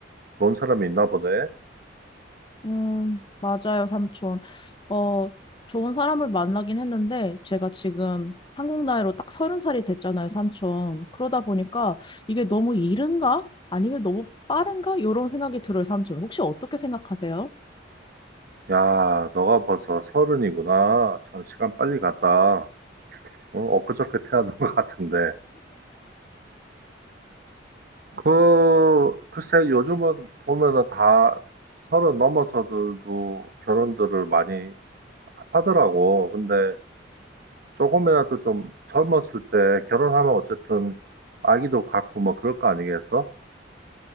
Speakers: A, on the right; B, on the left.
A: 좋은 사람이 있나 보네.
B: 음, 맞아요, 삼촌. 어, 좋은 사람을 만나긴 했는데, 제가 지금 한국 나이로 딱 서른 살이 됐잖아요, 삼촌. 그러다 보니까 이게 너무 이른가? 아니면 너무 빠른가? 이런 생각이 들어요, 삼촌. 혹시 어떻게 생각하세요?
A: 야, 너가 벌써 서른이구나. 참, 시간 빨리 갔다. 어, 엊그저께 태어난 <laughs> 것 같은데. 그, 글쎄, 요즘은 보면은 다 서른 넘어서들도 결혼들을 많이 하더라고. 근데 조금이라도 좀 젊었을 때 결혼하면 어쨌든 아기도 갖고 뭐 그럴 거 아니겠어?